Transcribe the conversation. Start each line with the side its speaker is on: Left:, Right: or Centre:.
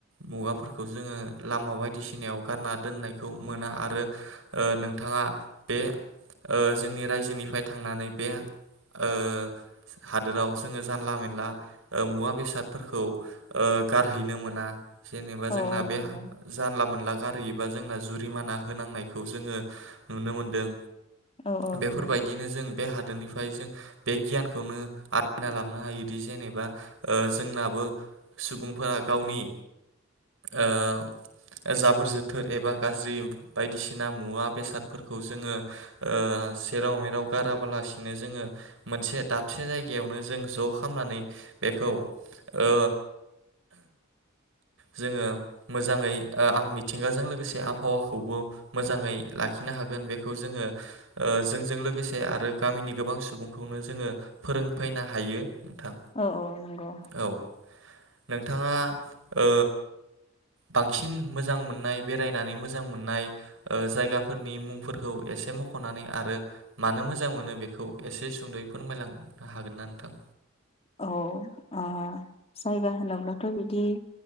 Right: मुवाफोर बे खौ जोङो लामा बायदिसिनायाव गारना दोननायखौ मोना आरो ओ नोंथाङा बे ओ जोंनि रायजोनिफ्राय थांनानै बे ओ हादोराव जोङो जानला मेनला ओ मुवा बेसादफोरखौ ओ गारहैनो मोना जेनेबा जोंना
Left: औ
Right: बे
Left: नंगौ
Right: जानला मोनला गारहैबा जोंना जु रिमाना होनांनायखौ जोङो नुनो मोनदों
Left: औ औ
Right: बेफोरबायदिनो
Left: नंगौ
Right: जों बे हा दोनि जों बे गियानखौनो आरजिना लाबोन हायोदि जेनेबा ओ जोंनाबो सुबुंफोरा गावनि ओ जाबोर जोथोर एबा गाज्रि बायदिसिना मुवा बेसादफोरखौ जोङो ओ सेराव-मेराव गाराबालासिनो जोङो मोनसे दाबसे जायगायावनो जों ज' खालामामनानै बेखौ ओ जोङो मोजाङै आ मिथिंगाजों लोगोसे आबहावाखौबो मोजाङै लाखिनो हागोन बेखौ जोङो जोंजों लोगोसे आरो गामिनि गोबां सुबुंखौनो जोङो फोरोंफैनो हायो नोंथां
Left: औ औ नंगौ।
Right: औ नोंथाङा ओ बांसिन मोजां मोननाय बेरायनानै मोजां मोजां मोननाय जायगाफोरनि मुंफोरखौ एसे मखनानै आरो मानो मोजां मोनो बेखौ एसे सुंदयै फोरमायलांनो हागोन ना नोंथां।
Left: औ आ जायगा होनोब्लाथ बिदि